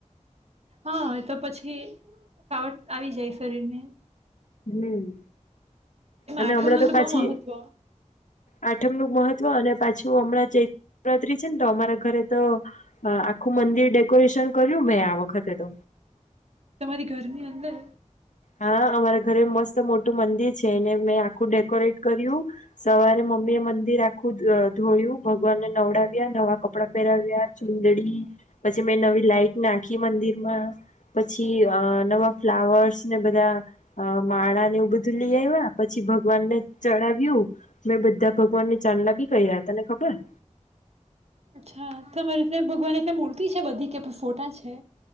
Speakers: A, on the right (about 55°); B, on the left (about 80°).
A: હા, તો પછી ફાવટ આવી જાય શરીર ને.
B: હમ. અને
A: આઠમનું
B: હમણાં તો પાછી
A: બહુ મહત્વ
B: આઠમ નું મહત્વ અને પાછી. શું હમણાં ચૈત્ર નિવરાત્રી છે ને, તો અમારા ઘરે તો આખું મંદિર ડેકોરેશન કર્યું મેં આ વખતે તો.
A: તમારી ઘરની અંદર.
B: હા, અમારા ઘરે મસ્ત મોટું મંદિર છે એને મેં આખું ડેકોરેટ કર્યું. સવારે મમ્મી એ મંદિર આખું ધોયું, ભગવાનને નવડાવ્યા, નવા કપડાં પહેરાવ્યા, ચુંદડી. પછી મેં નવી લાઈટ નાખી મંદિર માં, પછી નવા ફ્લાવર્સ ને બધા માળા ને એવું બધું લઈ આવ્યા, પછી ભગવાન ને ચડાવ્યું. મેં બધા ભગવાન ને ચાંદલા બી કર્યા, તને ખબર
A: અચ્છા, તમારે ભગવાન એટલે મૂર્તિ છે બધી કે પણ ફોટા છે?